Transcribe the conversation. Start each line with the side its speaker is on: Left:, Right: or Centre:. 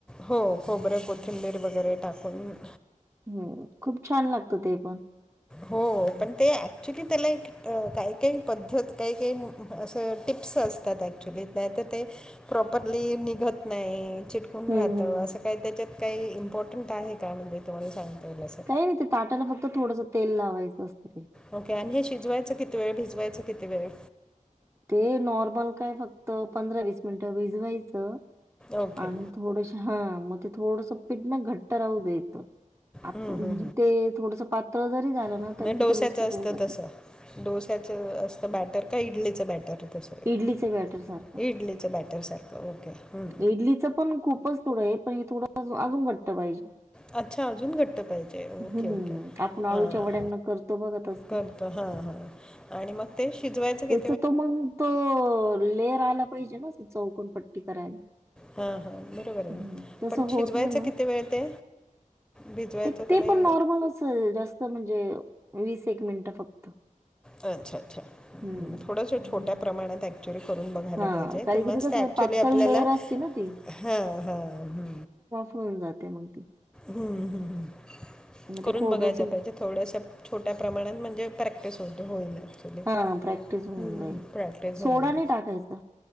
Centre: हो. खोबरं, कोथिंबीर वगैरे टाकून-
Right: ह्. खूप छान लागत ते पण.
Centre: हो. पण ते ऍक्च्युली त्याला एक- अ- काही काही पद्धत, काही काही असं टिप्स असतात ऍक्च्युली. नाही त ते- प्रॉपरली निघत नाही. चिट - -कून
Right: हम्म,
Centre: राहतं.
Right: हम्म, हम्म.
Centre: असं काही त्याच्यात काही इम्पॉर्टंट आहे का? म्हणजे तुम्हाला सांगता येईल असं.
Right: काही नाही ते ताटाला फक्त थोडस तेल लावायचं असतं ते.
Centre: ओके. आणि हे शिजवायचं किती वेळ? भिजवायचं किती वेळ?
Right: ते नॉर्मल काय फक्त पंधरा वीस मिनिटं भिजवायचं.
Centre: ओके
Right: आणि थोडस हा. म ते थोडस पीठ ना घट्ट राहू द्यायच. आ
Centre: हम्म
Right: पण
Centre: हम्म
Right: ते थोडस पातळ जरी झालं ना
Centre: हम्म
Right: तरी
Centre: मग डोस्याचं
Right: तिथं मिस्टेक
Centre: असतं
Right: होऊन जाती.
Centre: तसं डोस्याचं असतं बॅटर. का इडलीचं बॅटर? तसं
Right: इडलीच बॅटर सारखं.
Centre: इडलीचं बॅटर सारखं ओके हम्म.
Right: इडलीचं पण खूपच- थोडं ए. पण हे थोडं अजून घट्ट पाहिजे.
Centre: अच्छा. अजून घट्ट पाहिजे? ओके.
Right: हं,
Centre: ओके.
Right: आपण अळूच्या
Centre: हां.
Right: वड्यांना करतो बघा तसं.
Centre: करत. हा. हा. आणि मग ते शिजवायच की
Right: त्याच
Centre: -
Right: तो मग त लेयर आला पाहिजे ना? चौकोन पट्टी करायला.
Centre: हा. हा. बरोबर ए
Right: हं,
Centre: ना.
Right: तसं
Centre: पण
Right: होत
Centre: शिजवायचं
Right: नाही
Centre: किती वेळ ते? भिजवायचं
Right: टिकते.
Centre: तुम्ही
Right: पण नॉर्मल अस हे जास्त- ते म्हणजे वीस एक मिनिटं फक्त.
Centre: अच्छा. अच्छा.
Right: हं.
Centre: थोड्याशा छोट्या प्रमाणात आधी - थोडं करून बघायला
Right: हां,
Centre: पाहिजे.
Right: कारण
Centre: की मग
Right: ते कसं
Centre: ॲक्च्युली
Right: पातळ
Centre: आपल्याला
Right: लेयर असते ना ती.
Centre: हां. हां. ह.
Right: होऊन जाते मग ती.
Centre: हं. हं. हं.
Right: मग
Centre: करून
Right: ते खोबऱ्याचं
Centre: बघायच पाहिजे. थोड्याशा छोट्या प्रमाणात म्हणजे प्रॅक्टिस होते. होईल. ॲक्च्युली
Right: हा. प्रॅक्टिस होऊन
Centre: हम्म
Right: जाईल.
Centre: प्रॅक्टिस होईल
Right: सोडा नाही टाकायचा?